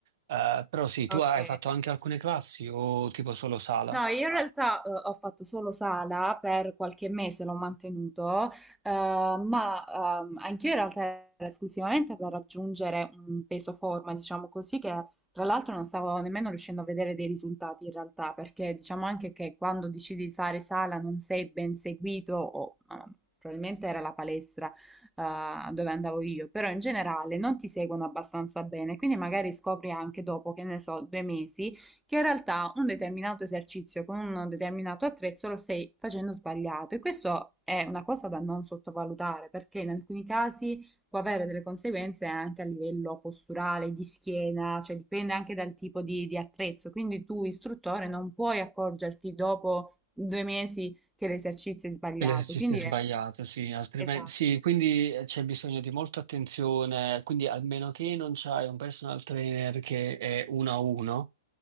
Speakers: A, on the right; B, in the centre.
A: Eh, però sì, tu
B: Ok.
A: hai fatto anche alcune classi o tipo solo sala?
B: No, io in realtà eh, ho fatto solo sala per qualche mese, l'ho mantenuto, eh, ma ehm, anch'io in realtà era esclusivamente per raggiungere un peso forma, diciamo così, che tra l'altro non stavo nemmeno riuscendo a vedere dei risultati in realtà, perché diciamo anche che quando decidi di fare sala non sei ben seguito, o ehm, probabilmente era la palestra eh, dove andavo io, però in generale non ti seguono abbastanza bene, quindi magari scopri anche dopo, che ne so, due mesi che in realtà un determinato esercizio con un determinato attrezzo lo stai facendo sbagliato e questo è una cosa da non sottovalutare perché in alcuni casi può avere delle conseguenze anche a livello posturale, di schiena, cioè dipende anche dal tipo di, di attrezzo, quindi tu istruttore non puoi accorgerti dopo due mesi che l'esercizio è sbagliato,
A: L'esercizio
B: quindi
A: è sbagliato,
B: è
A: sì, altrimenti,
B: esatto.
A: sì, quindi eh, c'è bisogno di molta attenzione, quindi almeno che non c'hai un personal trainer che è uno a uno,